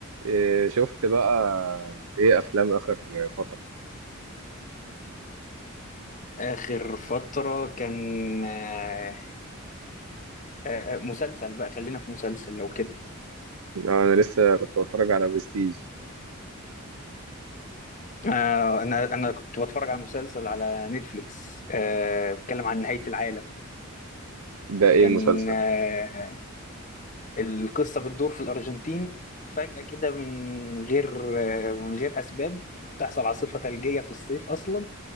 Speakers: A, on the right; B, on the left.
A: إيه، شفت بقى ايه افلام اخر فتره
B: آخر فترة كان آه، آه، آه، مسلسل بقى خلينا في مسلسل لو كده
A: انا لسه كنت بتفرج على برستيج
B: آه، أنا أنا كنت بتفرج على مسلسل على نتفليكس آه، بيتكلم عن نهاية العالم
A: ده ايه
B: كان
A: المسلسل
B: آه،
A: ده
B: القصة بتدور في الأرجنتين فجأة كده من غير آه، من غير أسباب بتحصل عاصفة ثلجية في الصيف أصلا